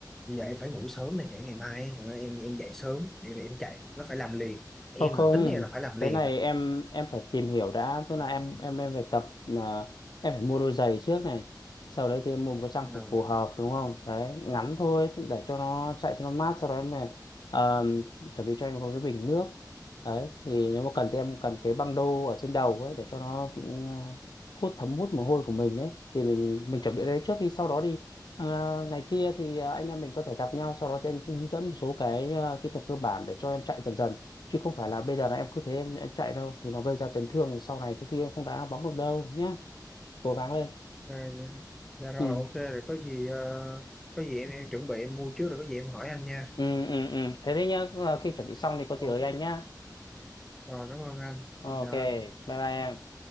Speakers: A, in the centre; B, on the left.
A: bây giờ em phải ngủ sớm này để ngày mai hả, em em dậy sớm để mà em chạy nó phải làm liền em
B: Không không,
A: là tính em là phải làm liền
B: cái này
A: rồi
B: em em phải tìm hiểu đã, tức là em em em phải tập à, em phải mua đôi giày trước này. Sau đấy thì em mua một cái trang
A: Rồi,
B: phục phù hợp đúng không? Đấy, ngắn thôi để cho nó chạy cho nó mát, sau đó em phải, ờ, chuẩn bị cho em có cái bình nước. Đấy, thì nếu mà cần thì em cần cái băng đô ở trên đầu ấy để cho nó ừ, hút thấm hút mồ hôi của mình ấy thì mình mình chuẩn bị cái đấy trước đi sau đó đi Ờ, ngày kia thì ờ, anh em mình có thể gặp nhau sau đó thì anh hướng dẫn một số cái ờ, kỹ thuật cơ bản để cho em chạy dần dần chứ không phải là bây giờ là em cứ thế em em chạy đâu thì nó gây ra chấn thương sau này có khi em không đá bóng được đâu nhá cố gắng lên
A: ờ, dạ, dạ rồi
B: ừ
A: ok rồi có gì ờ, có gì em em chuẩn bị em mua trước rồi có gì em hỏi anh nha
B: ừ ừ, ừ. thế thế nhá ờ, khi chuẩn bị xong thì có gì
A: Ồ,
B: ở anh nhá
A: rồi cảm ơn anh
B: ok
A: xin chào anh
B: bye bye em